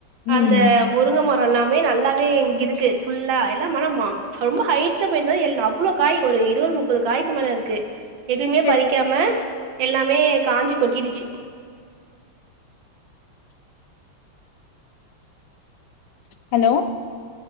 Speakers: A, on the right; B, on the left.
A: அந்த
B: ம்.
A: முருங்க மரோ எல்லாமே நல்லாவே இருக்கு ஃபுல்லா எல்லா மன மா ரொம்ப ஹைட்ல போய்ட்னால எல் அவ்ளோ காய் ஒரு இருவது முப்பது காய்கு மேல இருக்கு எதுமே
B: சரி.
A: பறிக்காம எல்லாமே காஞ்சி கொட்டிடுச்சி
B: ஹலோ